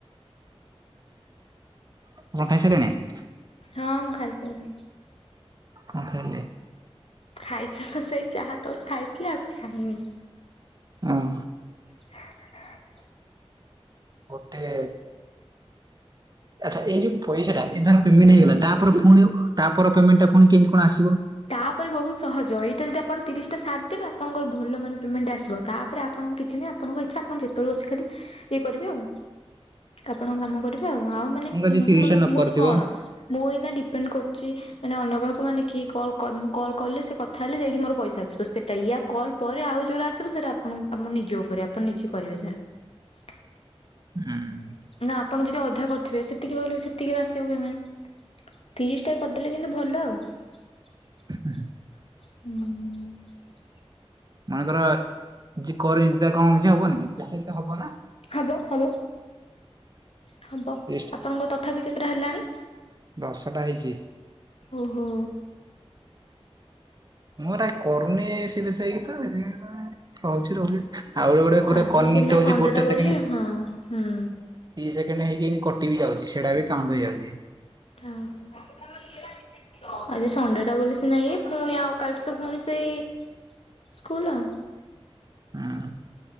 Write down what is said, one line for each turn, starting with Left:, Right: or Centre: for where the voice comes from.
Right: <unintelligible>
Left: ହଁ ମୁଁ ଖାଇସାରିଲିଣି।
Right: କଣ ଖାଇଲେ?
Left: ଖାଇଥିଲି ତ ସେଇ ଚାହା ଟ ଖାଇଥିଲି ଆଉ କିଛି ଖାଇନି।
Right: ଓ ହୋ।
Left: <inaudible>
Right: ଗୋଟେ। ଆଚ୍ଛା ଏ ଯୋଉ ପଇସା ଏ ତାର ପେମେଣ୍ଟ ହେଇଗଲା ତାପରେ ପୁଣି ତାପରେ ପେମେଣ୍ଟ ଟାୁଣି କେମି କଣ ଆସିବ?
Left: ତାପରେ ବହୁତ ସହଜ ଏଇଟା ଯଦି ଆପଣ ତିରିଶଟା ସାଥ ଦେବେ ଆପଣଙ୍କର ଭଲ ମାନେ ପେମେଣ୍ଟ ଆସିବ ତାପରେ ଆପଣଙ୍କ କିଛି ନାହିଁ ଆପଣଙ୍କ ଇଚ୍ଛା ଆପଣ ଯେତେବେଳେ ବସି ଖାଲି ଇଏ କରିବେ ଆଉ ଆପଣଙ୍କ କାମ କରିବେ ଆଉ ମାନେ
Right: ମନେକର ଯିଏ
Left: ଉଁ
Right: ତିରିଶ
Left: ମାନେ
Right: ଟା ନ କରିଥିବ
Left: ମାନେ କଣ?
Right: ଉଁ
Left: ମୁଁ ଏଇନା ଡିପେଣ୍ଡ କରୁଚି ମାନେ ଅନ୍ୟ କାହାକୁ ମାନେ କିଏ କଲ ମୁଁ କଲ୍ କଲେ ସେ କଥା ହେଲେ ଯାଇକି ମୋର ପଇସା ଆସିବ, ସେଇଟା ଇଆ କଲ ପରେ ଆଉ ଜଉଟା ଆସିବ ସେଇଟା ଆପଣ ଆମ ନିଜ ଉପରେ ଆପଣ ନିଜେ କରିବେ ସେରା।
Right: ହୁଁ।
Left: ନା, ଆପଣ ଯଦି ଅଧା କରିଥିବେ ସେତିକି ବୋଲେ ସେତିକିର ଆସିବ ପେମେଣ୍ଟ। ତିରିଶଟା କରିଦେଲେ କିନ୍ତୁ ଭଲ ଆଉ। <unintelligible>
Right: ହୁଁ।
Left: ହୁଁ। ହୁଁ।
Right: ମନେକର ଯିଏ କରନ ତା କଣ କିଛି ହବନି ଯାହାତ ହବ ନା?
Left: ହବ ହବ ହବ
Right: ତିରିଶ
Left: ଆପଣଙ୍କ ତଥାପି କେତେଟା ହେଲାଣି।
Right: ଦଶଟା ହେଇଛି।
Left: ଓହୋ।
Right: ମୁଁ ଏରା କରୁନି ସିଧା ସେଇକି ତ ରହୁଛି ରହୁଛି। ଆହୁରି ଗୋଟେ ଗୋଟେ
Left: ଆଜି
Right: କନେକ୍ଟ
Left: ସିନା
Right: ହଉଛି
Left: ସଣ୍ଡେ
Right: ଗୋଟେ
Left: ଟା ବୋଲି
Right: ସେକେଣ୍ଡ। ଦି
Left: ହଁ ହୁଁ।
Right: ସେକଣ୍ଡ ହେଇକିି କଟି ବି ଯାଉଛି ସେଇଟା ବି କାଉଣ୍ଟ ହେଇଯାଉଛି।
Left: ଥାଉ, ମ। ଆଜି ସନଡେ ଟା ବୋଲି ସିନା ଇଏ ପୁଣି ଆଉ କାଲିଠୁ ତ ପୁଣି ସେଇ ସ୍କୁଲ, ଆଉ
Right: ହଁ